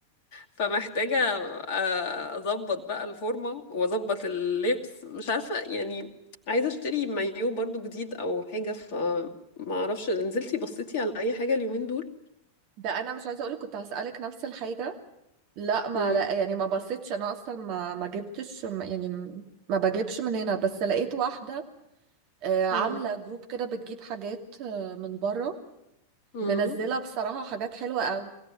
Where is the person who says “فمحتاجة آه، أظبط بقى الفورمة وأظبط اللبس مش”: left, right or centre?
Left